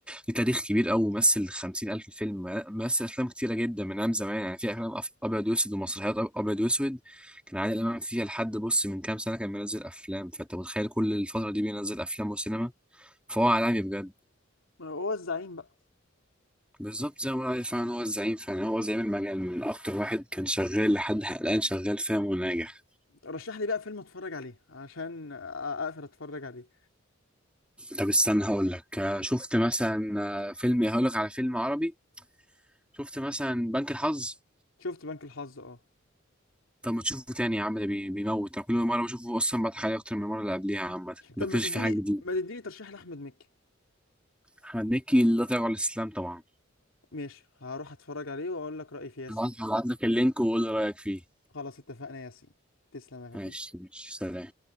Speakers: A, in the centre; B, on the left.
A: ليه تاريخ كبير قوي ومثل 50000 فيلم مثل افلام كتيره جدا من ايام زمان يعني في افلام أف- ابيض واسود ومسرحيات أب- ابيض واسود كان عادل امام فيها لحد بص من كام سنه كان بينزل افلام فانت متخيل كل الفتره دي بينزل افلام وسينما فهو عالمي بجد
B: هو الزعيم بقى
A: بالظبط زي ما بقول عليه فعلا هو الزعيم فعلا هو زعيم المجال من اكتر واحد كان شغال لحد حلقان شغال فاهم وناجح
B: رشح لي بقى فيلم اتفرج عليه عشان أ- اقدر اتفرج عليه
A: طب استنى هقول لك آه، شفت مثلا آه، فيلم هقول لك على فيلم عربي شفت مثلا بنك الحظ
B: شفت بنك الحظ اه
A: طب ما تشوفه تاني يا عم ده بي- بيموت انا كل مره بشوفه اصلا بضحك عليه اكتر من المره اللي قبليها عامه بكتشف
B: طب ما تديني
A: في حاجه جديده
B: ما تديني ترشيح لاحمد مكي
A: احمد مكي لا تراجع عن الاسلام طبعا
B: ماشي هروح اتفرج عليه واقول لك رايي فيه يا سيدي.
A: هبعت هبعت لك اللينك وقول لي رايك فيه
B: خلاص اتفقنا يا ياسين تسلم يا حبيبي
A: ماشي ماشي سلام